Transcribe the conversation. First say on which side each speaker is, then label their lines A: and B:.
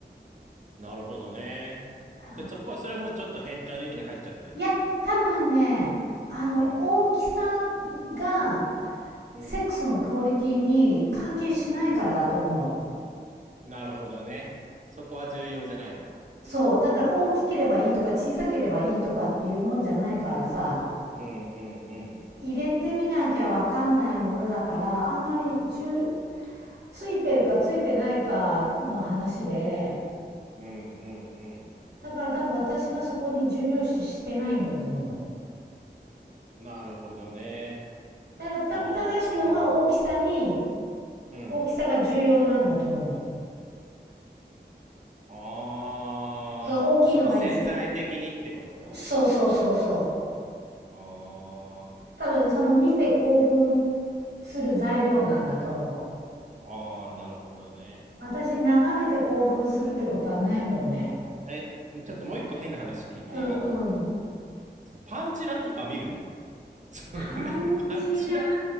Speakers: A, on the right; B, on the right.
A: なるほどね。
B: う
A: で、そこは、それはもうちょっと変態の域に入っちゃってるってことかな。
B: ん、いや多分ねあの大きさ
A: うん。
B: が
A: うん、
B: セックスのクオリティに関係しないからだと思
A: うん、なるほどね。そこは重要じゃないと。
B: う。そうだから大きければいいとか小さければいいとかっていうもんじゃないからさ
A: うん、うん、うん、
B: 入れてみなきゃ分かんないものだからあんまりじゅついてるかついてないかの話で
A: うん、うん、う
B: だから多分私はそこに重要視してないんだと思
A: ん。なるほどね。
B: う。だから多分高橋君は大きさに
A: ああ、うん。
B: 大きさが重要なんだと思う。
A: ああ、
B: その大きいのが一
A: その潜在的にってこと
B: そうそうそうそう。
A: ああ
B: 多分その見て興奮する材料なんだと思う。
A: ー、うん。ああ、なるほどね。
B: 私眺めて興奮するってことはないもんね。
A: え、ちょっともう一個変な話聞いていい
B: うんうん。
A: そのパンチラとか見るのそのな、
B: パンチラ
A: パンチラ、